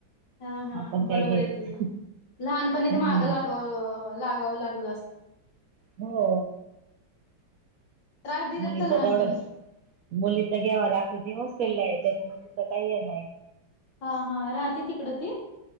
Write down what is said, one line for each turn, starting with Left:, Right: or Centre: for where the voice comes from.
Left: हा हा
Right: आपण काय
Left: बरोबर
Right: घ्यायच
Left: आहे ते पण लहानपणी
Right: हम्म
Left: ते माग लागा लागावं लागलं असत.
Right: हो
Left: त्रास दिलेत
Right: मुलीचा
Left: का लहानपणी
Right: एवढा मुलीचा घ्यावा लागतो ती हॉस्टेलला आहे त्याच्यामुळे तिथं काही आहे नाही.
Left: हा हा राहते तिकड ती?